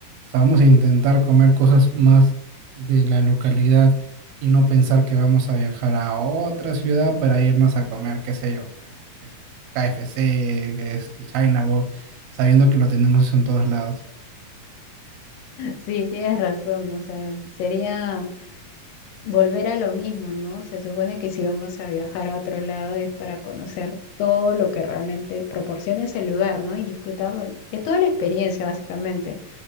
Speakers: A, on the right; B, on the left.
A: sea, vamos a intentar comer cosas más de la localidad y no pensar que vamos a viajar a otra ciudad para irnos a comer, qué sé yo, pues este KFC, este China sabiendo que lo tenemos en todos lados.
B: Sí, tienes razón, o sea, sería Volver a lo mismo, ¿no? Se supone que si vamos a viajar a otro lado es para conocer todo lo que realmente proporciona ese lugar, ¿no? Y disfrutar de, de toda la experiencia, básicamente.